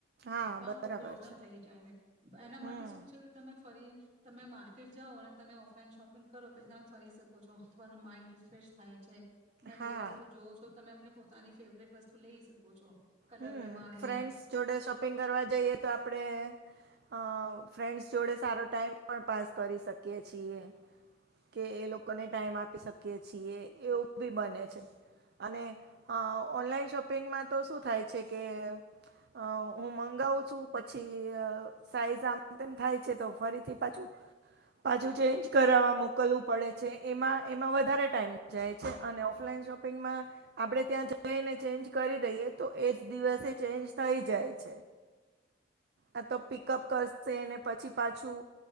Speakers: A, on the right; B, on the right.
A: હા
B: તો
A: બરાબર
B: બો પ્રોબ્લેમ
A: છે
B: થઈ જાય છે તો એના
A: હમ
B: માટે શું છે કે તમે ફરી તમે માર્કેટ જાઓ અને તમે ઓફલાઈન શોપિંગ કરો પછી તમે ફરી શકો છો તમારું માઇન્ડ રિફ્રેશ થાય છે. બે
A: હા
B: વસ્તુ જોવ છો તમે આપણે પોતાની ફેવરેટ વસ્તુ લઈ શકો છો કલર
A: હમ
B: પ્રમાણે
A: ફ્રેન્ડ્સ જોડે શોપિંગ કરવા જઈએ તો આપડે અ ફ્રેન્ડ્સ જોડે સારો ટાઈમ પણ પાસ કરી શકીએ છીએ કે એ લોકોને ટાઈમ આપી શકીએ છીએ એવું બી બને છે અને ઓનલાઈન શોપિંગમાં તો શું થાય છે કે હું મંગાવું છું પછી સાઈઝ આમ તેમ થાય છે તો ફરીથી પાછું પાછું ચેન્જ કર મોકલવું પડે છે એમાં એમાં વધારે ટાઈમ જાય છે અને ઓફલાઈન શોપિંગમાં આપણે ત્યાં જઈને ચેન્જ કરી દઈએ તો એ જ દિવસે ચેન્જ થઈ જાય છે આ તો પિકઅપ કરશેને પછી પાછું